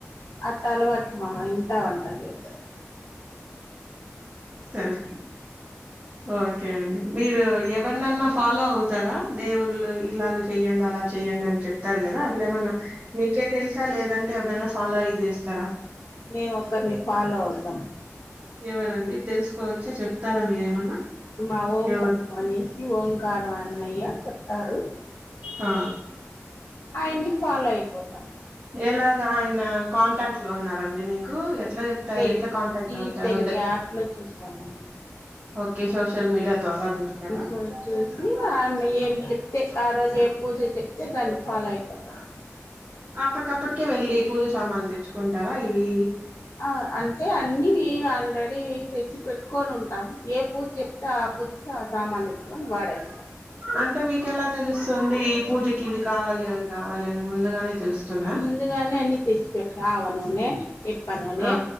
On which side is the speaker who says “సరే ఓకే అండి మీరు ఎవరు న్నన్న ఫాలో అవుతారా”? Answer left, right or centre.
Right